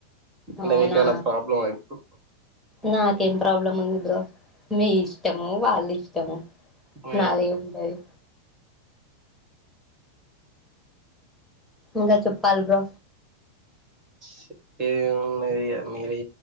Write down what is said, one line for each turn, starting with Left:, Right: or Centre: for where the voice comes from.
Right: అంటే
Centre: అవునా
Right: మీకైనా ప్రాబ్లమ్ ఆ ఇప్పుడు
Centre: నాకేం ప్రాబ్లం ఉంది బ్రో మీ ఇష్టము వాళ్ళ ఇష్టము
Right: మరి
Centre: నాదేమున్నది ఇంకా చెప్పాలి బ్రో
Right: చెప్పేది ఏం ఉన్నది మీరే